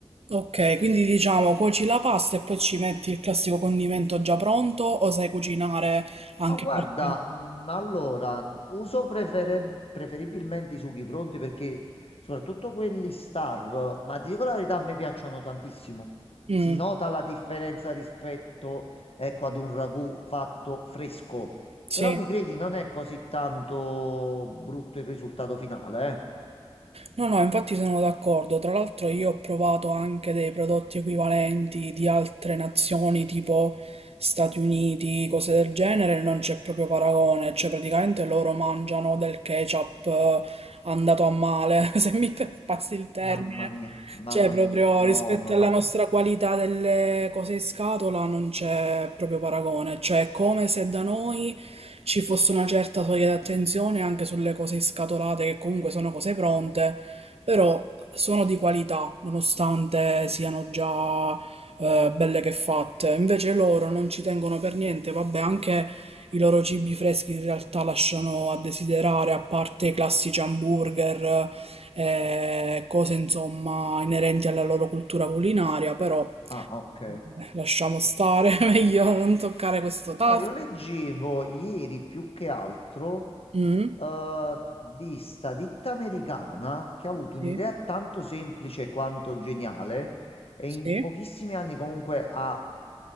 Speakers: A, on the right (about 80°); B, on the left (about 70°).
A: Ok, quindi diciamo cuoci la pasta e poi ci metti il classico condimento già pronto o sai cucinare anche
B: Ma guarda,
A: qualche...
B: mh, allora, uso prefere- preferibilmente i sughi pronti perché soprattutto quelli star, ma ti dico la verità, a me piacciono tantissimo.
A: Mm,
B: Si nota la differenza rispetto, ecco, ad un ragù fatto fresco,
A: sì.
B: però mi credi, non è così tanto brutto il risultato finale, eh?
A: No, no, infatti sono d'accordo. Tra l'altro io ho provato anche dei prodotti equivalenti di altre nazioni, tipo Stati Uniti, cose del genere, non c'è proprio paragone. Cioè, praticamente loro mangiano del ketchup eh, andato a male, <laughs> se mi passi il termine.
B: Mamma mia, mamma
A: Cioè, proprio
B: mia.
A: rispetto
B: No, no,
A: alla
B: no,
A: nostra
B: no.
A: qualità delle cose in scatola non c'è proprio paragone. Cioè, è come se da noi ci fosse una certa soglia di attenzione anche sulle cose scatolate, che comunque sono cose pronte, però sono di qualità, nonostante siano già eh, belle che fatte. Invece loro non ci tengono per niente, vabbè, anche i loro cibi freschi in realtà lasciano a desiderare, a parte i classici hamburger, eh, cose insomma inerenti alla loro cultura culinaria, però
B: Ah, ok.
A: eh, lasciamo stare, <laughs> meglio non toccare questo tasto.
B: Ah, io leggevo ieri più che altro.
A: Mm,
B: eh, di sta ditta americana che ha avuto
A: sì,
B: un'idea tanto semplice quanto geniale e
A: sì,
B: in pochissimi anni comunque ha